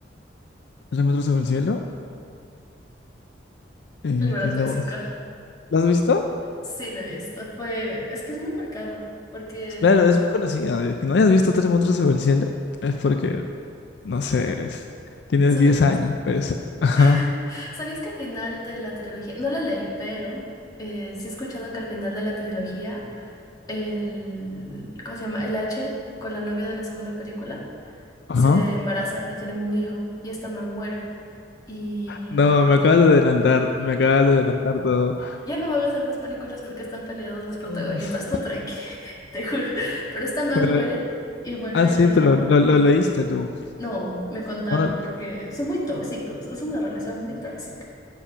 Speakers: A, on the left; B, on the left.
A: Tres metros sobre el cielo, eh,
B: Libro
A: que es
B: tóxico.
A: la voz. ¿La has visto?
B: Sí, lo he visto. Fue... Es que es muy marcado, porque...
A: Claro, es muy conocida. eh, Que no hayas visto Tres metros sobre el cielo es porque no sé, es- tienes
B: Sa-
A: 10 años, pues. Ajá,
B: <laughs> ¿Sabías que al final de la trilogía, no la leí, pero eh, sí he escuchado que al final de la trilogía, el, ¿cómo se llama? El H con la novia de la segunda película
A: ajá.
B: se embaraza y tienen un hijo y esta man muere y
A: No,
B: l-
A: me acabas de adelantar, me acabas de adelantar todo.
B: ya no van a hacer más películas porque están peleados los protagonistas,
A: Ah,
B: tú tranqui, <laughs> te juro, pero esta man
A: Bueno,
B: muere y vuelve
A: ah, sí,
B: la...
A: pero lo, lo leíste tú.
B: No, me contaron
A: Bueno,
B: porque son muy tóxicos, es una relación muy tóxica.